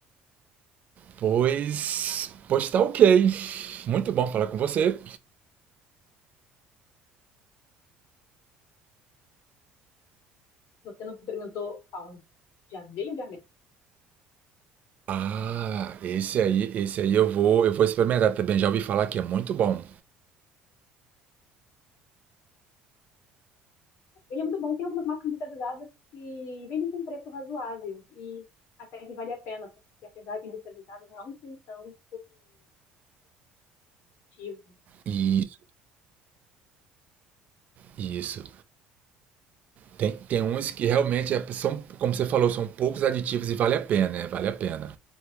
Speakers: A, on the right; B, on the left.
A: Pois, pois tá ok. Muito bom falar com você.
B: Se você não experimentou aonde já veio de América,
A: Ah, esse aí, esse aí eu vou, eu vou experimentar também. Já ouvi falar que é muito bom.
B: ele é muito bom. Tem algumas marcas industrializadas que vendem com preço razoável e até que vale a pena, porque apesar de industrializado, não tem tanto aditivo.
A: Isso, isso. Tem, tem uns que realmente é- são, como você falou, são poucos aditivos e vale a pena, né? Vale a pena.